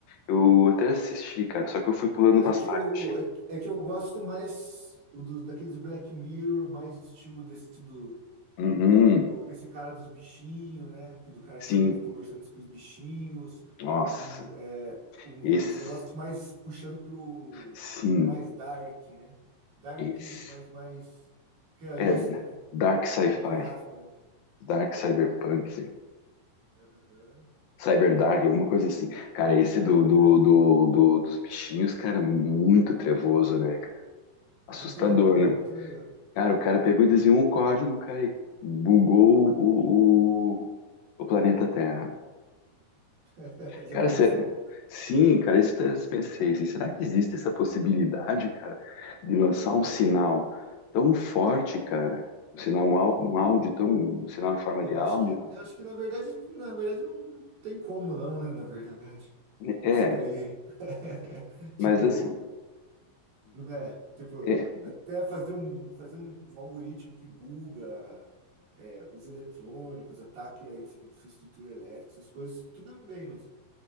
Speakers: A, on the left; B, on the right.
A: eu até assisti, cara, só que eu fui pulando
B: É
A: umas
B: que
A: partes.
B: eu, é, é que eu gosto mais o do, daqueles Black Mirror, mais estilo desse do
A: Uhum,
B: do- desse cara dos bichinhos, né? Que Do cara
A: sim.
B: que ficou conversando com os bichinhos,
A: Nossa,
B: e um, é, uns,
A: esse,
B: umas negócios mais puxando pro,
A: sim,
B: pro mais dark, né? Dark,
A: esse.
B: mas mais realista,
A: É,
B: né?
A: dark sci-fi,
B: Entre aspas, né?
A: dark cyberpunk,
B: Aham.
A: Cyberdark, alguma coisa assim. Cara, esse
B: Cyber
A: do, do,
B: dark,
A: do,
B: né?
A: do- dos bichinhos, cara, muito trevoso, né, cara? Assustador,
B: Muito legal,
A: né?
B: muito legal.
A: Cara, o cara pegou e desenhou um código, cara, e bugou o, o, o planeta Terra.
B: <laughs> Já
A: Cara,
B: pensou?
A: cê- sim, cara, isso tá, eu pensei, assim, será que existe essa possibilidade, cara, de lançar um sinal tão forte, cara? Um sinal, um, au- um áudio tão, um sinal em forma
B: Eu
A: de áudio?
B: acho que, eu acho que na verdade, na verdade não, não tem como não, né? Na verdade,
A: É,
B: isso daí, <laughs> tipo
A: mas assim,
B: né? Tipo,
A: é,
B: até fazer um, fazer um, um algoritmo que buga é, os eletrônicos, ataque a infra- infraestrutura elétrica, essas coisas, tudo bem, mas,